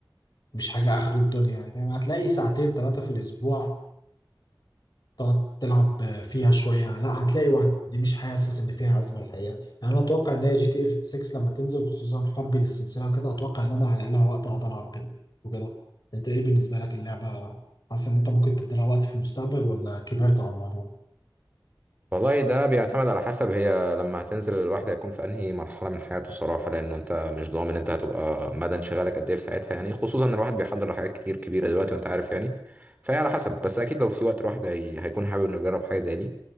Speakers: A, on the left; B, on the right.
A: مش حاجه اخر الدنيا يعني فاهم هتلاقي ساعتين ثلاثه في الاسبوع تقعد تلعب فيها شوية لا هتلاقي وقت دي مش حاسس ان فيها أزمة الحقيقة يعني انا اتوقع ان هي جي تي اف 6 لما تنزل خصوصا حبي للسلسلة وكده اتوقع ان انا هلاقي لها وقت اقعد العب بيه وكده انت ايه بالنسبة لك اللعبة حاسس ان انت ممكن تدي لها وقت في المستقبل ولا كبرت على الموضوع؟
B: والله ده بيعتمد على حسب هي لما هتنزل الواحد هيكون في انهي مرحله من حياته الصراحه لانه انت مش ضامن انت هتبقى مدى انشغالك قد ايه في ساعتها يعني خصوصا ان الواحد بيحضر لحاجات كتير كبيره دلوقتي وانت عارف يعني فهي على حسب بس اكيد لو في وقت الواحد هي... هيكون حابب انه يجرب حاجه زي دي